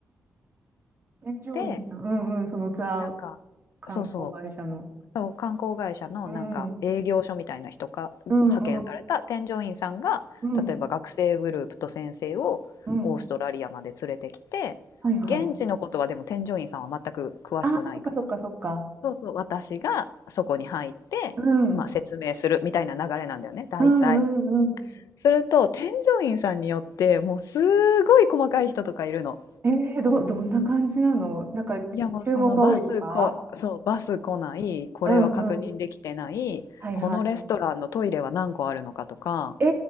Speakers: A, on the right; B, on the left.
A: 添乗員さん、
B: で、
A: うんうん、そのツアー
B: なんか、
A: 観光会社の。
B: そうそう。そう、観光会社のなんか営業所みたいな人が派遣された添乗員さんが、
A: うん、うん、うん、うん、
B: 例えば学生グループと先生をオーストラリアまで連れてきて、
A: うん。はいはい。
B: 現地のことはでも添乗員さんは全く詳しくないから、
A: ああ、そっかそっかそっか。
B: そうそう、私がそこに入って、
A: うん、
B: まあ、
A: う
B: 説明するみたいな流れなんだよね、大体。
A: ん、うん、うん。
B: すると添乗員さんによってもうすごい細かい人とかいるの。
A: えー、ど、どんな感じなのなんか、
B: いやもうそのバスこ、
A: 注文が多いとか
B: そう、バス来ない、これは確認できてない、
A: うんうん。はいはいはい。
B: このレストランのトイレは何個あるのかとか、
A: え